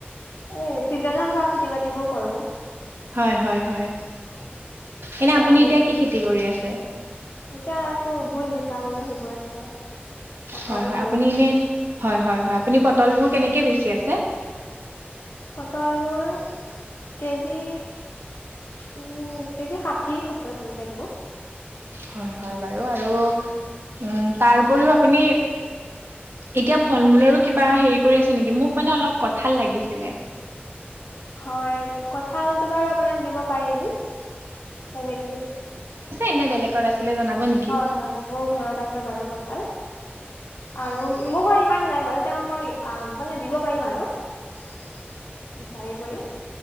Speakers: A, on the left; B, on the right.
A: এ চিজনত হোৱা খেতি বাতিবোৰ কৰো <inaudible>
B: হয় হয় হয়। এনে
A: এতিয়াতো
B: আপুনি এতিয়া কি খেতি কৰি আছে?
A: এতিয়া আৰুতো ভুল জিকাবোৰ সেইবোৰ আছে। পটল
B: হয় হয়।
A: ভোল
B: আপুনি এনে হয় হয় হয় আপুনি পটলবোৰ কেনেকে বে আছে।
A: পটল বোৰ কেজি। উম কেজি ষাঠি সত্তৰ তেনেকে দিওঁ।
B: হয় হয় বাৰু আৰু উম তাৰ উপৰিও আপুনি। এতিয়া ফল মূলৰো কিবা হেৰি কৰি আছে নেকি? মোক মানে অলপ কঠাল লাগিছিলে।
A: হয় কঁঠালটো বাৰু আপোনাক দিব পাৰিম তেনেকে।
B: এনে বেলেগত আছিলে জনাব নেকি?
A: হয় হয় মোৰ ঘৰত আছে বাৰু কঁঠাল আৰু মোৰ ঘৰত ইমান নাই বাৰু। তেওঁ মই মানে দিব পাৰিম আৰু বিচাৰি কৰি